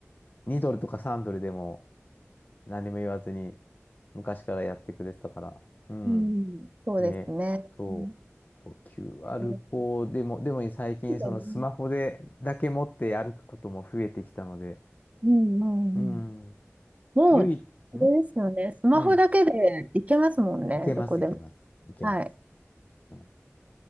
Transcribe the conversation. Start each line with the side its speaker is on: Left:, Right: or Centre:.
Left: 2ドルとか3ドルでも何も言わずに昔からやってくれてたから。うん。
Right: うんそうですね。
Left: ね、そう。
Right: うん、
Left: そう、q
Right: えー
Left: ルコードでも、でも最近そのスマホでだけ持って歩くことも増えてきたので、
Right: そうだねうん、うん、
Left: うん。
Right: うん。もう、
Left: 唯一、
Right: あれですよね。
Left: ん
Right: スマホだけでいけますもんね、
Left: うん。いけます、
Right: どこでも。
Left: いけます。いけます。
Right: はい。
Left: うん